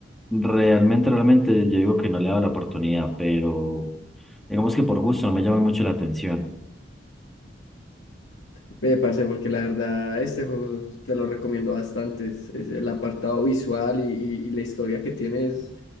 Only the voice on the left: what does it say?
Ve, parce, porque la verdad este juego te lo recomiendo bastante. Es, es el apartado visual y, y- y la historia que tiene es